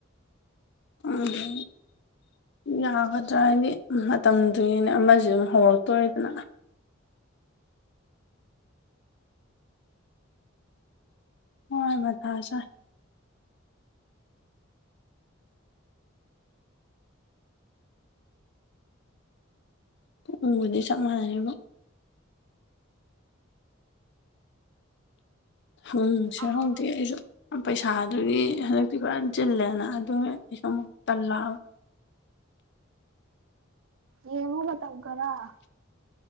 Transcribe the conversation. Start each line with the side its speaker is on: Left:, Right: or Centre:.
Left: ꯑꯗ ꯌꯥꯒꯗ꯭ꯔꯥ ꯍꯥꯏꯗꯤ ꯃꯇꯝꯗꯨꯒꯤꯅꯦ ꯑꯃꯁꯨ ꯑꯗꯨꯝ ꯍꯧꯔꯛꯇꯣꯔꯤꯗꯅ ꯍꯣꯏꯕ ꯊꯥ ꯆ <inaudible> ꯄꯨꯅꯤꯡꯕꯨꯗꯤ ꯆꯞ ꯃꯥꯟꯅꯔꯕ ꯎꯝ ꯁꯗꯤꯁꯨ
Right: ꯎꯝ
Left: <inaudible> ꯄꯩꯁꯥꯗꯨꯒꯤ ꯍꯟꯗꯛꯇꯤ ꯈꯔ ꯆꯤꯜꯂꯦꯅ ꯑꯗꯨ ꯑꯩꯁꯨ ꯑꯃꯨꯛ ꯇꯜꯂꯛꯕ
Right: ꯌꯦꯉꯕ ꯇꯕ ꯀꯔ <inaudible>